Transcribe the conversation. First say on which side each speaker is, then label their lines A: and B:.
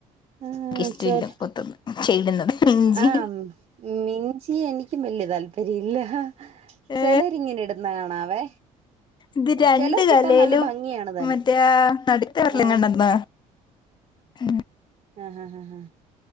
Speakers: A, on the right; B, on the left.
A: ആഹ്
B: എനിക്കിഷ്ടമില്ല
A: ആ ചെല
B: കൊത്തുന്ന ചെയ്ടുന്നത് മിഞ്ചി
A: ആഹ് മിഞ്ചി എനി ക്ക്യും വല്ല്യ താല്പര്യ ഇല്ല.
B: ഏ
A: ചെലരിങ്ങനെ ഇടുന്ന കാണാവേ
B: ഇത് രണ്ട്
A: ചിലർക്കിട്ടാ
B: കാലേലും
A: നല്ല ഭംഗിയാണ് താനും
B: മറ്റേ നട്ത്ത വെര്ലിനെണ്ടാ
A: ഏഹ്
B: <unintelligible> ഉം
A: ആഹ് ഹാ ഹാ